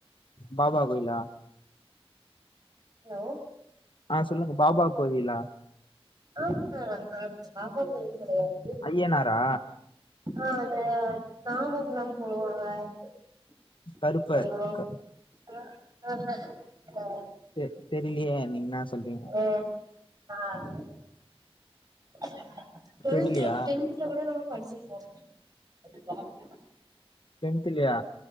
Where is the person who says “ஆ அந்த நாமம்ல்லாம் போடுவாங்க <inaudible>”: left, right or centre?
Right